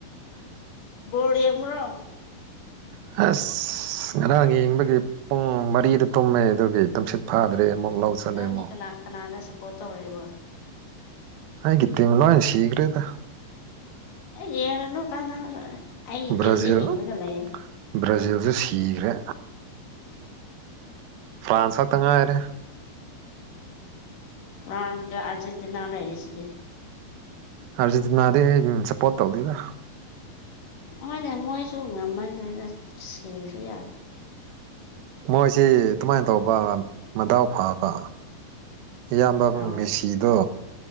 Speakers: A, on the left (about 65°); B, on the right (about 80°).
A: ꯣꯣꯔ ꯑꯃ꯭ꯔꯣ
B: ꯑꯁ ꯉꯔꯥꯡ ꯌꯦꯡꯕꯒꯤ ꯄꯨꯡ ꯃꯔꯤꯗ ꯇꯨꯝꯃꯦ ꯑꯗꯨꯒꯤ ꯇꯨꯝꯁꯤꯠ ꯐꯥꯗ꯭ꯔꯦ ꯑꯃꯨꯛ ꯂꯧ ꯆꯠꯂꯦ
A: ꯅꯪꯗꯤ
B: ꯑꯃꯨꯛ
A: ꯀꯅꯥ ꯀꯅꯥꯗ ꯁꯞꯄꯣꯔꯠ ꯇꯧꯔꯤꯕꯣ
B: ꯑꯒꯤꯇ ꯃꯂ ꯁꯤꯈ ꯔꯦꯗ
A: ꯌꯦꯅ ꯂ ꯀꯥꯟꯅ ꯑꯩ
B: ꯕ꯭ꯔꯥꯖꯤꯜ
A: ꯇꯦꯝꯗꯤ ꯍꯦꯉꯒꯂꯌꯦꯦ
B: ꯕ꯭ꯔꯥꯖꯤꯜꯁꯨ ꯁꯤꯈ꯭ꯔꯦ ꯐ꯭ꯔꯥꯥꯟꯁꯇꯉ ꯍꯥꯏꯔꯦ
A: ꯐ꯭ꯔꯥꯟꯁꯗ ꯑꯔꯖꯦꯟꯦꯟꯇꯤꯅꯥ ꯂꯩ ꯍꯥꯏꯔꯁꯤꯗꯤ
B: ꯑꯔꯖꯦꯟꯇꯤꯅꯥꯗꯤ ꯑꯩ ꯁꯞꯄꯣꯔꯠ ꯇꯧꯗꯦꯗ
A: ꯍꯣꯏꯅꯦ ꯃꯣꯏꯁꯨ ꯉꯝꯃꯟꯈꯦꯗ ꯁꯔꯁꯨ ꯌꯥꯔꯦ
B: ꯃꯣꯏꯁꯤ ꯑꯗꯨꯃꯥꯏꯅ ꯇꯧꯕ ꯃꯗꯥꯎ ꯐꯕ ꯏꯌꯥꯝꯕ
A: ꯑꯥꯎ
B: ꯃꯦꯁꯤꯗꯣ